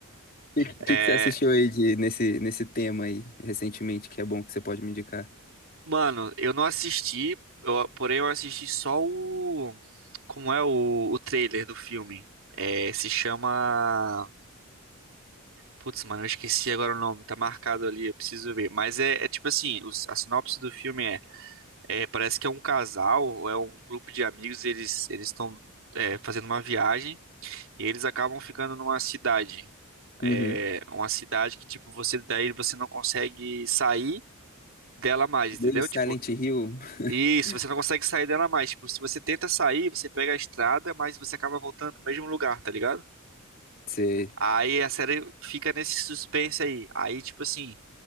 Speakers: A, on the left; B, on the right.
A: O que,
B: É,
A: que, que você assistiu aí de, nesse, nesse tema aí, recentemente, que é bom que você pode me indicar?
B: mano, eu não assisti, eu- porém eu assisti só o, como é o, o trailer do filme. É, se chama Putz, mano, eu esqueci agora o nome, tá marcado ali, eu preciso ver. Mas é, é tipo assim, os- a sinopse do filme é, é, parece que é um casal, ou é um grupo de amigos, eles eles estão é, fazendo uma viagem e eles acabam ficando numa cidade.
A: Uhum.
B: É, uma cidade que, tipo, você daí você não consegue sair dela mais, entendeu?
A: Meio Silent
B: Tipo,
A: Hill.
B: isso,
A: <laughs>
B: você não consegue sair dela mais. Tipo, se você tenta sair, você pega a estrada, mas você acaba voltando pro mesmo lugar, tá ligado?
A: Você.
B: Aí a série fica nesse suspense aí. Aí, tipo assim.